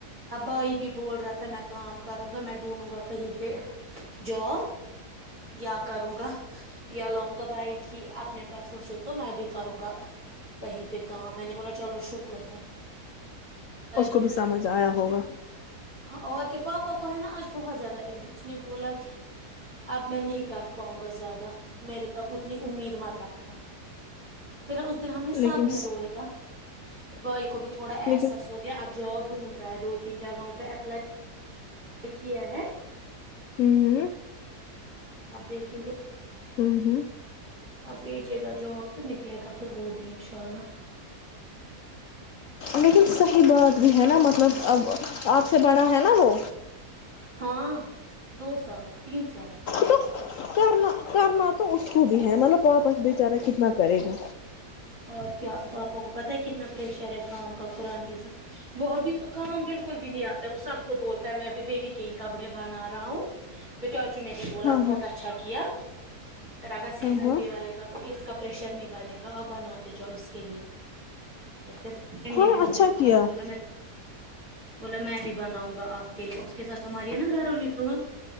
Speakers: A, on the right; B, on the left.
A: ابائی بھی بول رہا تھا میں کام کروں گا میں ڈھونڈوں گا کہیں پہ جاب یا کروں گا یا لاؤں گا بائک ہی اپنے پیسوں سے تو میں بھی کروں گا کہیں پہ کام میں نے بولا چلو شکر ہے
B: اس
A: درست
B: کو بھی سمجھ
A: ہے
B: آیا ہوگا
A: ہاں اور کیا پاپا کو ہے نا آج بہت زیادہ ٹشن اس نے بولا کہ اب میں نہیں کر پاؤں گا زیادہ میرے پ اتنی امید مت رکھنا پھر اس دن ہم نے سب
B: لیکن
A: نے رویا بھائی کو بھی تھوڑا احساس
B: لیکن
A: ہو گیا اب جاب ڈھونڈ رہا ہے دو تین جہوں پہ پل یہ کیا ہے
B: ہوں ہوں
A: آپ دیکھیں گے
B: ہوں ہوں
A: آپ بھیجیے گا جو آپ تو نکلے گا پھر وہ بھی انشاء اللہ <inaudible>
B: لیکن صحیح بات بھی ہے نا مطلب اب آپ سے بڑا ہے نا وہ
A: ہاں دو سال تین سال
B: تو کرنا کرنا تو اس کو بھی ہے مطلب پاپ بیےچارا کتنا کرے گا
A: اور کیا پاپا کو پتا ہے کتنا پریشر ہے کام کا قرآن کے وہ ابھی کام بالکل بھی نہیں آتا وہ سب کو بولتا ہے میں ابھی بیٹی کے ہی کپڑے بنا رہا ہوں نے بھی بولا
B: ہاں
A: بہت
B: ہاں
A: اچھا کیا پھر اگر سیزن
B: ہاں ہاں
A: بھی آئے گا تو اس کا پریشر نہیں بنے گا تو آپ بناتے جاؤ اس کے لیے پھر میں نے
B: ہاں
A: بھی مجھے
B: اچھا
A: بولا
B: کیا
A: بولا میں بولا میں بھی بناؤں گا آپ کے لیے اس کے ساتھ ہماری ہے نا گارو لیٹرو ہے